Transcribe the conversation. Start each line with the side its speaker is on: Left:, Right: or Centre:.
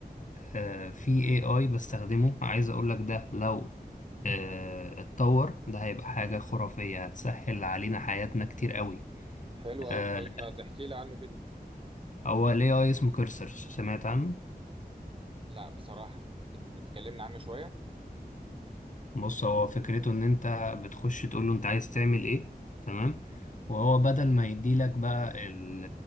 Left: آه، في AI بستخدمه عايز أقولك ده لو آه، اتطور ده هيبقى حاجة خرافية هتسهل علينا حياتنا كتير قوي
Right: حلو أوي
Left: آه،
Right: طيب ما تحكي لي عنه كده
Left: هو ال AI اسمه كيرسر سمعت عنه؟
Right: لا بصراحة ممكن تكلمنا عنه شوية
Left: بص هو فكرته ان انت بتخش تقول له انت عايز تعمل ايه تمام وهو بدل ما يديلك بقى ال-